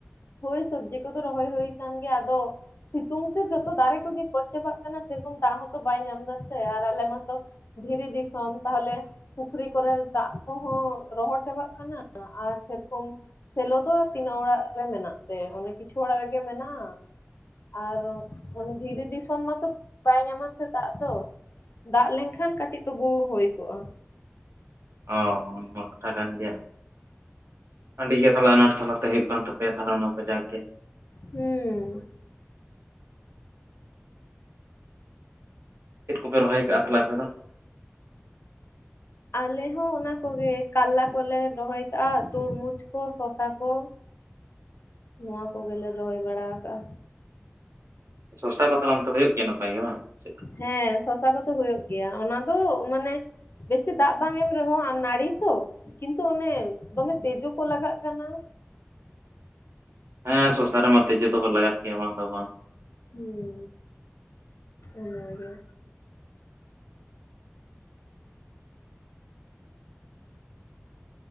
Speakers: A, on the left; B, on the right.
A: ᱦᱳᱭ ᱥᱚᱵᱽᱡᱤ ᱠᱚᱫᱚ ᱨᱚᱦᱚᱭ ᱦᱩᱭ ᱟᱠᱟᱱ ᱜᱮᱭᱟ, ᱟᱫᱚ ᱥᱤᱛᱩᱝ ᱛᱮ ᱡᱚᱛᱚ ᱫᱟᱨᱮ ᱠᱚᱜᱮ ᱜᱚᱡ ᱪᱟᱵᱟᱜ ᱠᱟᱱᱟ ᱥᱮ ᱨᱚᱠᱚᱢ ᱫᱟᱜ ᱦᱚᱸᱛᱚ ᱵᱟᱭ ᱧᱟᱢ ᱮᱫᱟ ᱥᱮ ᱟᱨ ᱟᱞᱮ ᱢᱟᱛᱚ ᱫᱷᱤᱨᱤ ᱫᱤᱥᱚᱢ ᱛᱟᱦᱚᱞᱮ, ᱯᱩᱠᱷᱨᱤ ᱠᱚᱨᱮ ᱫᱟᱜ ᱠᱚᱦᱚᱸ ᱨᱚᱦᱚᱲ ᱪᱟᱵᱟᱜ ᱠᱟᱱᱟ ᱟᱨ ᱥᱮᱨᱚᱠᱚᱢ ᱥᱮᱞᱳ ᱫᱚ ᱛᱤᱱᱟᱹᱜ ᱚᱲᱟᱜ ᱨᱮ ᱢᱮᱱᱟᱜ ᱛᱮ ᱚᱱᱮ ᱠᱤᱪᱷᱩ ᱚᱲᱟᱜ ᱨᱮᱜᱮ ᱢᱮᱱᱟᱜᱼᱟ᱾ ᱟᱨ ᱫᱷᱤᱨᱤ ᱫᱤᱥᱚᱢ ᱢᱟᱛᱚ ᱵᱟᱭ ᱧᱟᱢᱟ ᱥᱮ ᱫᱟᱜ ᱫᱚ, ᱫᱟᱜ ᱞᱮᱱᱠᱷᱟᱱ ᱠᱟᱹᱴᱤᱡ ᱛᱵᱩ ᱦᱩᱭ ᱠᱚᱜᱼᱟ᱾
B: ᱚ ᱱᱚᱣᱟ ᱠᱟᱛᱷᱟ ᱠᱟᱱ ᱜᱮᱭᱟ᱾ ᱟᱹᱰᱤ ᱜᱮ ᱛᱟᱦᱚᱞᱮ ᱟᱱᱟᱴ ᱛᱟᱞᱟᱛᱮ ᱦᱩᱭᱩᱜ ᱠᱟᱱ ᱛᱟᱯᱮᱭᱟ ᱛᱟᱦᱮ ᱚᱱᱟ ᱠᱚ ᱡᱟᱠ ᱜᱮ,
A: ᱦᱩᱸᱢ,
B: ᱪᱮᱫ ᱠᱚᱯᱮ ᱨᱚᱦᱚᱭ ᱟᱠᱟᱟᱜᱼᱟ ᱛᱟᱦᱮ ᱟᱯᱮ ᱫᱚ᱾
A: ᱦᱮ <inaudible> ᱟᱞᱮ ᱦᱚᱸ ᱚᱱᱟᱠᱜᱮ ᱠᱟᱨᱞᱟ ᱠᱚᱞᱮ ᱨᱚᱦᱚᱭ ᱠᱟᱜᱼᱟ ᱛᱚᱨᱢᱩᱡᱽ ᱠᱚ ᱥᱚᱥᱟ ᱠᱚ᱾ ᱱᱚᱣᱟ ᱠᱚᱜᱮᱞᱮ ᱨᱚᱦᱚᱭ ᱵᱟᱲᱟ ᱟᱠᱟᱜᱼᱟ᱾
B: <unintelligible> ᱫᱚᱥᱟᱨ ᱠᱚᱫᱚ ᱚᱱᱛᱮ ᱦᱩᱭᱩᱜ ᱜᱮᱭᱟ ᱱᱟᱯᱟᱭ ᱜᱮ ᱵᱟᱝ ᱪ ᱼᱼ
A: ᱦᱮᱸ ᱥᱚᱥᱟ ᱠᱚᱫᱚ ᱦᱩᱭᱩᱜ ᱜᱮᱭᱟ ᱚᱱᱟ ᱫᱚ ᱢᱟᱱᱮᱼᱼ ᱵᱮᱥᱤ ᱫᱟᱜ ᱵᱟᱝ ᱮᱢ ᱨᱮᱦᱚᱸ ᱱᱟᱹᱲᱤ ᱛᱚᱼᱼ ᱠᱤᱱᱛᱩ ᱚᱱᱮ ᱫᱚᱢᱮ ᱛᱮᱡᱩ ᱠᱚ ᱞᱟᱜᱟᱜ ᱠᱟᱱᱟ᱾
B: ᱦᱮᱸ ᱥᱚᱥᱟ ᱨᱮ ᱢᱟ ᱛᱮᱡᱩ ᱠᱚ ᱞᱟᱜᱟᱜ ᱜᱮᱭᱟ ᱵᱟᱝ ᱫᱚ ᱵᱟᱝᱼᱼ
A: ᱦᱮᱸ ᱚᱱᱟᱜᱮ